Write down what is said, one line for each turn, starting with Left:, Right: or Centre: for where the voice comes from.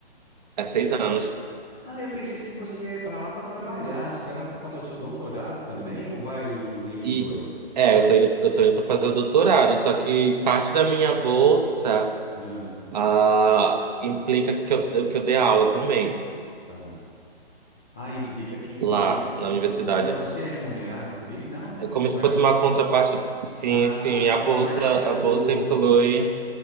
Right: É seis anos.
Centre: Ah, eu pensei que você ia ir para lá para trabalhar. Você vai lá para fazer o seu doutorado também ou vai unir os
Right: E
Centre: dois?
Right: é, eu tô indo, eu tô indo para fazer o doutorado. Só que parte da minha bolsa
Centre: Ah,
Right: ah, implica que eu, que eu dê aula também
Centre: tá. Ah, implica que implica
Right: lá
Centre: que
Right: na
Centre: você,
Right: universidade.
Centre: mas você é remunerado por ir? Não, né?
Right: É
Centre: Porque
Right: como
Centre: você tá
Right: se fosse uma contraparte. Sim,
Centre: Ah,
Right: sim.
Centre: a contrapartida
Right: A bolsa,
Centre: do
Right: a bolsa inclui.